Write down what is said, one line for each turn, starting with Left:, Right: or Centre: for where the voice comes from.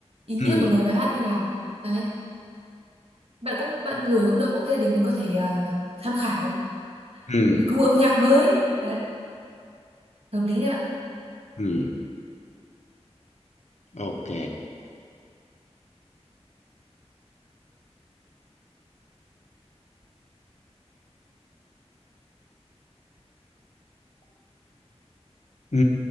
Right: ý nghĩa
Left: ừ
Right: của lời bài hát như nào đấy bạn cũng bạn gửi cũng được ok để mình có thể ờ, tham khảo
Left: ừ
Right: cái gu âm nhạc mới đấy hợp lý đấy bạn
Left: ừ. ok ừ,